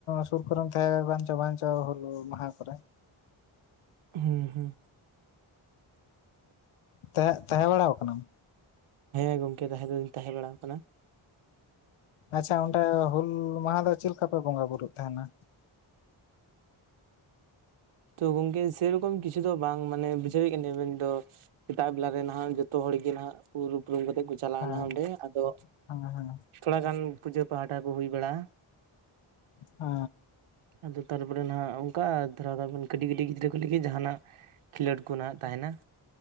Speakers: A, on the left; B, on the right.
A: ᱥᱩᱨ ᱠᱚᱨᱮᱢ ᱛᱟᱦᱮᱸ ᱟᱠᱟᱱᱪᱚ ᱵᱟᱧᱪᱚ ᱦᱩᱞ ᱢᱟᱦᱟ ᱠᱚᱨᱮ
B: ᱦᱮᱸ ᱦᱮᱸ
A: ᱛᱟᱦᱮᱸ ᱛᱟᱦᱮᱸ ᱵᱟᱲᱟ ᱟᱠᱟᱱᱟᱢ?
B: ᱦᱮᱸ ᱜᱚᱝᱠᱮ ᱛᱟᱦᱮᱸ ᱫᱚᱧ ᱛᱟᱦᱮᱸ ᱵᱟᱲᱟ ᱟᱠᱟᱱᱟ᱾
A: ᱟᱪᱪᱷᱟ ᱚᱸᱰᱮ ᱦᱩᱞ ᱢᱟᱦᱟ ᱫᱚ ᱪᱮᱫ ᱞᱮᱠᱟ ᱯᱮ ᱵᱚᱸᱜᱟ ᱵᱩᱨᱩᱜ ᱛᱟᱦᱮᱸᱱᱟ?
B: ᱛᱚ ᱜᱚᱝᱠᱮ ᱥᱮᱨᱚᱠᱚᱢ ᱠᱤᱪᱷᱩ ᱫᱚ ᱵᱟᱝ ᱢᱟᱱᱮ ᱵᱩᱡᱷᱟᱹᱣᱮᱫ ᱠᱟᱱᱟ ᱢᱮᱱ ᱫᱚ᱾ ᱥᱮᱛᱟᱜ ᱵᱮᱞᱟᱞᱮ ᱱᱟᱦᱟᱜ ᱡᱚᱛᱚ ᱦᱚᱲ ᱜᱮ ᱱᱟᱦᱟᱜ ᱩᱢ ᱩᱯᱨᱩᱢ ᱠᱟᱛᱮ ᱠᱚ ᱪᱟᱞᱟᱣ
A: ᱦᱮᱸ
B: ᱮᱱᱟ ᱚᱸᱰᱮ ᱟᱫᱚ
A: ᱦᱮᱸ ᱦᱮᱸ
B: ᱛᱷᱚᱲᱟ ᱜᱟᱱ ᱯᱩᱡᱟᱹ ᱯᱟᱦᱴᱟ ᱠᱚ ᱦᱩᱭ ᱵᱟᱲᱟᱜᱼᱟ᱾
A: ᱚ
B: ᱟᱫᱚ ᱛᱟᱨᱯᱚᱨᱮ ᱱᱟᱜ ᱚᱱᱠᱟ ᱫᱷᱟᱨᱟ ᱠᱟᱹᱴᱤᱡᱽ ᱠᱟᱹᱴᱤᱡᱽ ᱜᱤᱫᱽᱨᱟᱹ ᱠᱚ ᱞᱟᱹᱜᱤᱫ ᱡᱟᱦᱟᱱᱟᱜ ᱠᱷᱮᱞᱳᱰ ᱠᱚ ᱱᱟᱦᱟᱜ ᱛᱟᱦᱮᱸᱱᱟ